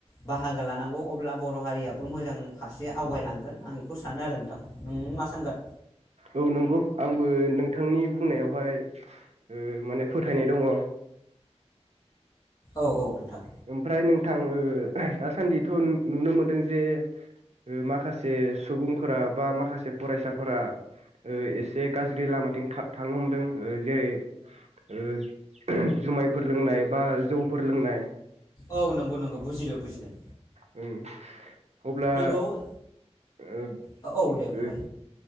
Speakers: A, on the left; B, on the right.
A: बाहागो लानांगौ अब्ला बर' हारियाबो मोजां फारसे आवगायलांगोन आं बेखौ सानो आरो नोंथां नों मा सानगोन?
B: औ नंगौ आंबो नोंथांनि बुंनायावहाय ओ माने फोथायनाय दङ।
A: औ औ नोंथां।
B: ओमफ्राय नोंथां ओ दासान्दिथ' नुनो मोनदों जे ओ माखासे सुबुंफोरा बा माखासे फरायसाफोरा ओ एसे गाज्रि लामाथिं थां थांनो हमदों जेरै ओ जुमायफोर लोंनाय बा जौफोर लोंनाय
A: औ नंगौ नंगौ बुजिदो बुजिदो।
B: उम। अब्ला
A: नंगौ
B: ओ
A: औ दे बुंलाय
B: ओ